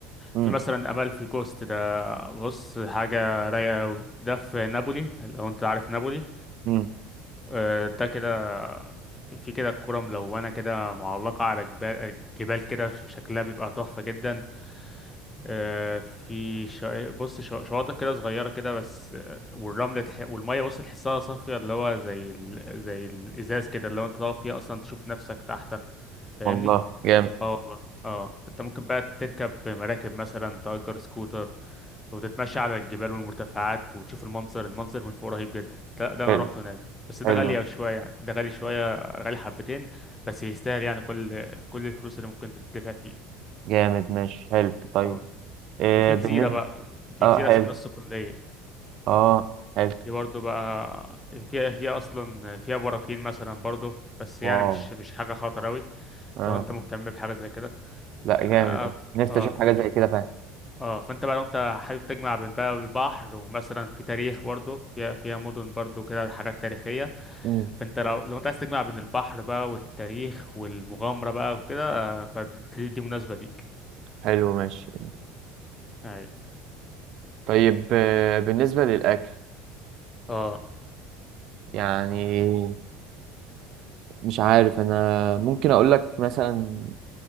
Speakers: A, on the right; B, on the left.
A: امم
B: في مثلا أمالفي كوست ده بص حاجة رايقة أوي ده في نابولي لو أنت عارف نابولي
A: مم.
B: آه، ده كده في كده كرة ملونة كده معلقة على جبال جبال كده شكلها بيبقى تحفة جدا آه، في شا... بص شا- شواطئ كده صغيرة كده بس آه، والرمل تح... والمية بص تحسها صافية اللي هو زي ال... زي الإزاز كده اللي هو أنت تقف فيها أصلا تشوف نفسك تحتها فاهمني؟
A: والله جامد
B: اه والله اه فأنت ممكن بقى تركب مراكب مثلا تأجر سكوتر وتتمشى على الجبال والمرتفعات وتشوف المنظر المنظر من فوق رهيب جدا ده, ده أنا
A: حلو
B: رحت هناك بس ده
A: حلو
B: غالي أوي شوية يعني ده غالي شوية غالي حبتين بس يستاهل يعني كل كل الفلوس اللي ممكن تدفع فيه
A: جامد ماشي حلو طيب
B: اه
A: إيه
B: وفي
A: بالنسبة
B: جزيرة بقى في
A: اه
B: جزيرة
A: حلو
B: اسمها الصقلية
A: اه حلو
B: دي برضو بقى فيها فيها أصلا فيها براكين مثلا برضو بس
A: واو
B: يعني مش مش حاجة خطر أوي
A: اه
B: لو أنت مهتم بحاجة زي كده
A: لا جامد
B: آه
A: اه
B: ف-
A: نفسي
B: آه
A: اشوف
B: فدي
A: حاجة زي كده فعلا
B: اه فأنت بقى لو أنت حابب تجمع بين بقى البحر ومثلا في تاريخ برضو فيها فيها مدن برضو كده حاجات تاريخية
A: مم.
B: فأنت لو لو أنت عايز تجمع بين البحر بقى والتاريخ والمغامرة بقى وكده آه، فدي دي مناسبة ليك
A: حلو ماشي
B: أي
A: طيب آه، بالنسبة للأكل
B: اه
A: يعني مش عارف أنا ممكن أقول لك مثلا